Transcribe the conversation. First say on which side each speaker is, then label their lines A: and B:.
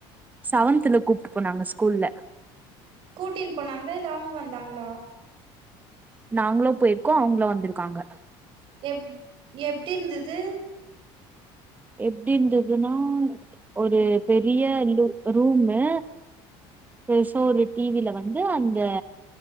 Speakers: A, on the right (about 15°); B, on the right (about 50°).
A: செவன்துல கூப்ட்டு போனாங்க ஸ்கூல்ல
B: கூட்டின்னு போனாங்க இல்ல அவங்க வந்தாங்களா
A: நாங்களு போயிருக்கோ அவங்களு வந்துருக்காங்க
B: எப் எப்டி இருந்துது
A: எப்டிந்துதுன்னா ஒரு பெரிய லு ரூம்மு பெர்சா ஒரு டீவில வந்து அந்த